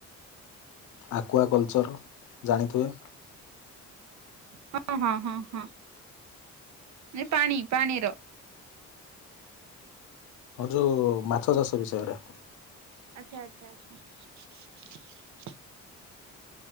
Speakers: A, on the left; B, on the right.
A: ଆକୁୱଆ କଲଚର୍ ଜାଣିଥିବେ।
B: ହଁ ହଁ ହଁ ହଁ ଏ ପାଣି ପାଣିର।
A: ହଉ ଯଉ ମାଛ ଚାଷ ବିଷୟରେ।
B: ଆଛା ଆଛା ଆଛା।